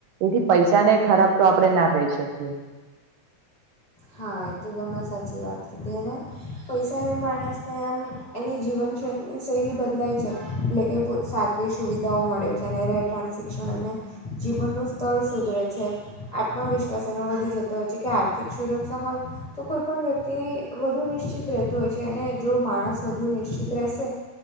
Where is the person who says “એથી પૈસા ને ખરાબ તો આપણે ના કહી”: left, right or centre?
Right